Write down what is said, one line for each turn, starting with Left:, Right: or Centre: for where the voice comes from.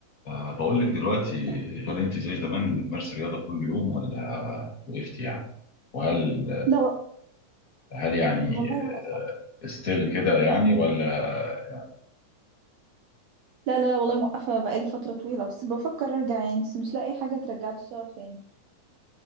Left: أه بقول لك دلوقتي هل انت زي زمان بتمارسي رياضه كل يوم ولا وقفتي يعني وهل
Right: لا و-
Left: هل يعني
Right: والله موقفة
Left: ستيل كده يعني ولا
Right: لا لا لا والله موقفة بقالي فترة طويلة بس بفكر ارجع يعني بس مش لاقي حاجة ترجعلي الشغف تاني